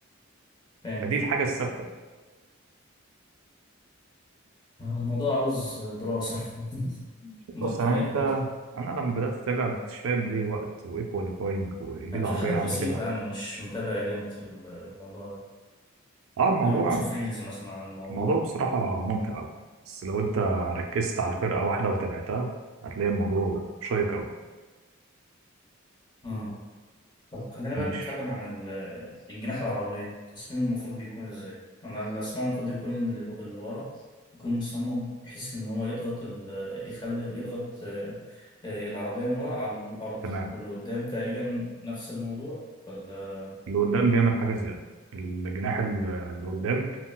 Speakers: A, on the left; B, on the right.
A: فاهم
B: فدي الحاجه الثابته
A: آه، الموضوع عاوز دراسة <laughs> موضوع
B: بص
A: كبير
B: يعني انت
A: خالص
B: انا لما بدات اتابع ما كنتش فاهم ليه وقت وايه كواليفاينج وليه
A: انا
B: العربيه
A: بشوف حاجات
B: عامله
A: بسيطة
B: كده
A: يعني مش متابع جامد في الموضوع ده
B: اه الموضوع
A: انا ممكن اشوف ريلز مثلا عن الموضوع
B: الموضوع بصراحه ممتع قوي بس لو انت ركزت على فرقه واحده وتابعتها هتلاقي الموضوع شيق قوي
A: امم طب خلينا
B: ماشي
A: بقى نتكلم عن ال- الجناح العربية التصميم المفروض بيكون ازاي؟ أنا اللي أسمعه المفروض يكون إن اللي اللي ورا يكون مصمم بحيث إن هو يضغط ال... يخلي يضغط آه، آه، العربية من ورا على الأرض
B: تمام
A: واللي قدام تقريبا نفس الموضوع ولا
B: اللي قدام بيعمل حاجه زياده الجناح ال- اللي قدام